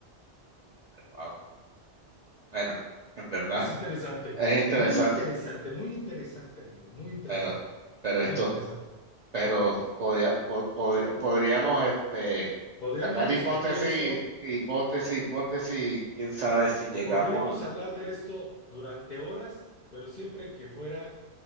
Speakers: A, on the right; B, on the left.
A: Wow. Bueno, en verdad
B: Es interesante,
A: es interesante,
B: muy interesante, muy interesante, amigo, muy interesante,
A: pero, pero esto
B: muy interesante.
A: pero podía- po- podría- podríamos este,
B: Podríamos
A: sacar
B: discutir
A: hipótesis,
B: esto,
A: hipótesis, hipótesis, quién sabe si llegamos.
B: podríamos hablar de esto durante horas, pero siempre que fuera